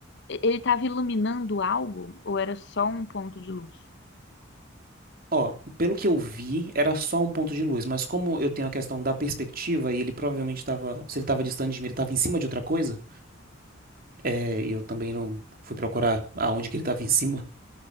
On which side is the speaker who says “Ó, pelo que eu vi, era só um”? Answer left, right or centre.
Right